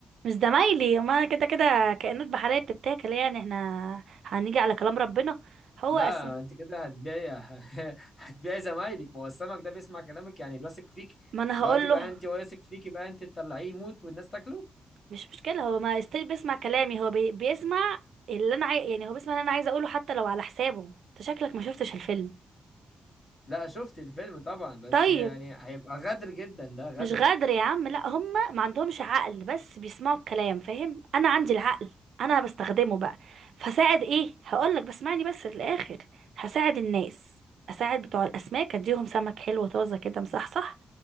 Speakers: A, on the right; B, on the left.
A: مش زمايلي ما أنا كده كده كائنات بحرية بتتاكل يعني احنا هنيجي على كلام ربنا هو
B: لا
A: اسم
B: انت كده هتبيعي <laughs> هتبيعي زمايلك ما هو السمك ده بيسمع كلامك يعني بيثق فيك
A: ما انا
B: دلوقتي
A: هقول
B: بقى
A: له
B: انت واثق فيكي بقى انت تطلعيه يموت والناس تاكله
A: مش مشكلة هو ما استيل بيسمع كلامي هو بي... بيسمع اللي انا عاي... يعني هو بيسمع اللي انا عايزة اقوله حتى لو على حسابه انت شكلك ما شفتش الفيلم
B: لا شفت الفيلم طبعا بس
A: طيب
B: يعني هيبقى غدر جدا ده غدر
A: مش غدر يا عم لا هم ما عندهمش عقل بس بيسمعوا الكلام فاهم انا عندي العقل انا بستخدمه بقى فساعد ايه هقولك بس اسمعني بس للاخر هساعد الناس اساعد بتوع الاسماك اديهم سمك حلو طازه كده مصحصح